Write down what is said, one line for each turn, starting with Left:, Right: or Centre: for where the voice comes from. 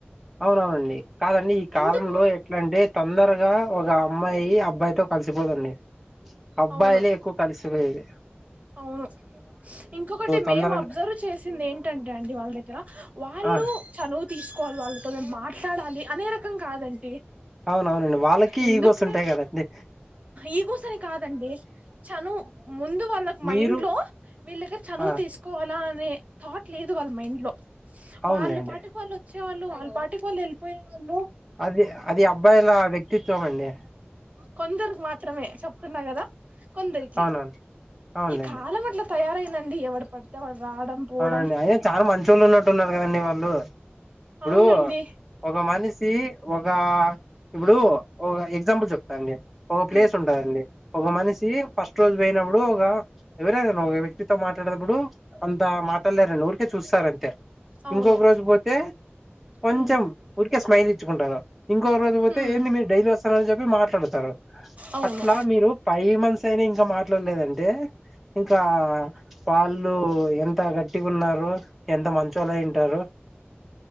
Centre: అవునవునండి కాదండి కాలంలో
Right: ఎందుకు
Centre: ఎట్లా అంటే తొందరగా ఒక అమ్మాయి అబ్బాయితో కలిసిపోదండి అబ్బాయిలే
Right: అవును
Centre: ఎక్కువ కలిసి చుభే ఇతే
Right: అవును ఇంకొకటి
Centre: తొందరగా
Right: మేము అబ్జర్వ్ చేసింది ఏంటంటే అండి వాళ్ళ దగ్గర వాళ్ళు
Centre: ఆ
Right: చనువు తీసుకోవాలి వాళ్ళ మాట్లాడాలి అనే రకం కాదండి
Centre: అవునవునండి వాళ్ళకి
Right: ఎందుకుల్లే
Centre: ఈగోస్ ఉంటాయి కదండి
Right: ఈగోస్ అని కాదండి చను ముందు వాళ్ళ
Centre: మీరు
Right: మైండ్ లో వీళ్ళ దగ్గర చనువు
Centre: ఆ
Right: తీసుకోవాలా అనే థాట్ లే దు వాళ్ళ మైండ్ లో
Centre: అవునులేండి
Right: వాళ్ళు పాటిక వాళ్ళు వచ్చేవాళ్ళు వాళ్ళు పాటి వాళ్ళు వెళిపోయేవాళ్ళు
Centre: అది అది అబ్బాయిల వ్యక్తిత్వం అండి
Right: కొందరుకి మాత్రమే చెప్తున్న కద కొందరికి
Centre: అవునవును అవునులేండి
Right: ఈ కాలం అట్ల తయారయిందండి ఎవడు పడితే వాడు రావడం పోవడం
Centre: అవునండి అయిన చాలా మంచొళ్లు ఉన్నట్టు ఉన్నారు కదండి వాళ్ళు ఇప్పుడు
Right: అవునండి
Centre: ఒక మనిసీ వగా ఇప్పుడు ఒగ ఎగ్జాంపుల్ చెప్తాండి ఒక
Right: హ్మ్
Centre: ప్లేస్ ఉంటదండి ఒక మనిషి ఫస్ట్ రోజు పోయినప్పుడు ఒగ ఎవరై గని తో మాట్లాడేతబుడు అంత మాట్లాలేరండి ఊరికే చూస్తర్ అంతే
Right: అవును
Centre: ఇంకొక రోజు పోతే కొంచం
Right: హ్మ్
Centre: కె స్మైల్ ఇచ్చుకుంటారు ఇంకో రోజు పోతే
Right: హ్మ్
Centre: ఏంది మీరు డైలీ వస్త చెప్పి మాట్ల ట్లాడతరు
Right: అవును
Centre: అట్లా మీరు ఫైవ్ మంత్స్ యినా ఇంకా మాట్లాడలేదంటే ఇంకా వాళ్ళు ఎంత గట్టిగున్నారో ఎంత మం చొల్లు అయ్యుంటారో